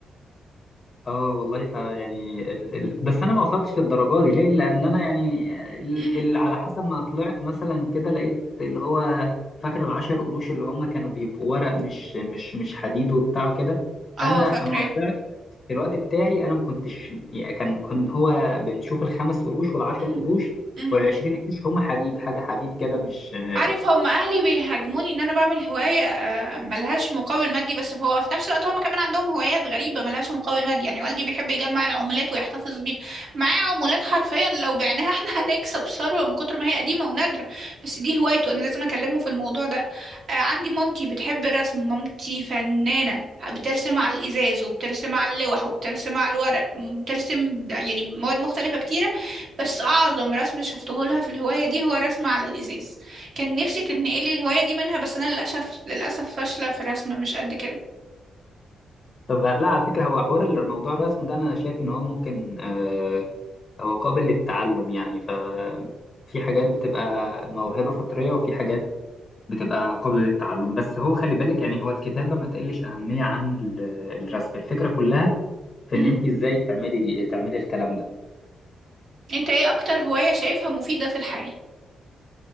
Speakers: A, on the left (about 30°); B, on the right (about 50°).
A: اه والله فيعني ال... ال... بس أنا ما وصلتش للدرجة دي ليه؟ لأن أنا يعني ال...
B: مم.
A: ال... على حسب ما طلعت مثلا كده لقيت اللي هو فاكر العشر قروش اللي هم كانوا بيبقوا ورق مش مش مش حديد وبتاع وكده
B: اه
A: أنا
B: فاكراه
A: أما الوقت بتاعي انا ما كنتش يعني كان كان هو بنشوف الخمس قروش والعشر
B: مم.
A: قروش
B: مم.
A: والعشرين قرش هم حديد حاجه حديد كده مش آه،
B: عارف هم اهلي بيهاجموني ان انا بعمل هوايه آه، ملهاش مقابل مادي بس هو في نفس الوقت هم كمان عندهم هوايات غريبه ملهاش مقابل مادي يعني والدي بيحب يجمع العملات ويحتفظ بيها معاه عملات حرفيا لو بعناها <laughs> احنا هنكسب ثروه من كتر ما هي قديمه ونادره بس دي هوايته انا لازم اكلمه في الموضوع ده آه، عندي مامتي بتحب الرسم مامتي فنانه بترسم على الازاز وبترسم على اللوح وبترسم على الورق بترسم يعني مواد مختلفه كتيره بس اعظم رسم شفته لها في الهوايه دي هو رسم على الازاز كان نفسي تتنقلي الهواية دي منها بس أنا للأسف للأسف فاشلة في الرسم مش قد كده
A: طب لا على فكره هو حوار الموضوع الرسم ده انا شايف ان هو ممكن آه، هو قابل للتعلم يعني ف في حاجات بتبقى موهبه فطريه وفي حاجات بتبقى قابله للتعلم بس هو خلي بالك يعني هو الكتابه ما تقلش اهميه عن ال- الرسم الفكره كلها في
B: مهم.
A: ان انت ازاي تعملي تعملي الكلام ده
B: أنت إيه أكتر هواية شايفها مفيدة في الحياة؟